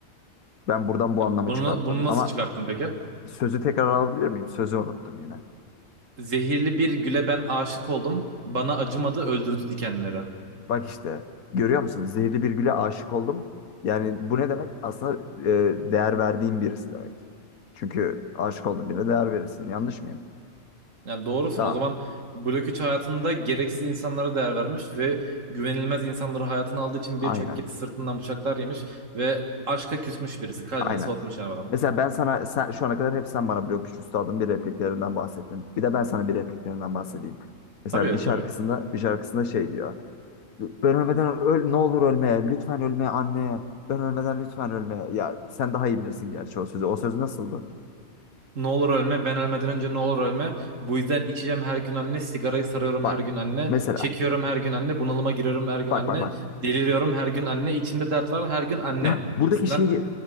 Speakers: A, on the left (about 85°); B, on the right (about 65°).
A: Ben buradan bu
B: Ya
A: anlamı
B: bunu,
A: çıkarttım
B: bunu nasıl
A: ama
B: çıkarttın peki?
A: sözü tekrar alabilir miyim? Sözü unuttum yine.
B: Zehirli bir güle ben aşık oldum. Bana acımadı öldürdü dikenleri.
A: Bak işte görüyor musun? Zehirli bir güle aşık oldum. Yani bu ne demek? Aslında e, değer verdiğim birisi demek. Çünkü aşık olduğun birine değer verirsin. Yanlış mıyım?
B: Yani doğrusun
A: Tamam.
B: o zaman blok 3 hayatında gereksiz insanlara değer vermiş ve güvenilmez insanları hayatına aldığı için
A: Aynen.
B: birçok kez sırtından bıçaklar yemiş ve aşka küsmüş birisi. Kalbini
A: Aynen.
B: soğutmuş yani adam.
A: Mesela ben sana sen, şu ana kadar hep sen bana blok üç üstadın bir repliklerinden bahsettin. Bir de ben sana bir repliklerinden bahsedeyim. Mesela
B: Tabii
A: bir şarkısında
B: tabii.
A: bir şarkısında şey diyor. Ben ölmeden öl ne olur ölme. Lütfen ölme anne. Ben ölmeden lütfen ölme. Ya sen daha iyi bilirsin gerçi o sözü. O söz nasıldı?
B: Ne olur ölme ben ölmeden önce ne olur ölme. Bu yüzden içeceğim her gün anne. Sigarayı sarıyorum
A: Bak
B: her gün anne.
A: mesela.
B: Çekiyorum her gün anne. Bunalıma giriyorum her gün
A: Bak
B: anne.
A: bak bak.
B: Deliriyorum her gün anne. içimde dert var her gün anne
A: Ya buradaki
B: gibisinden.
A: şeyi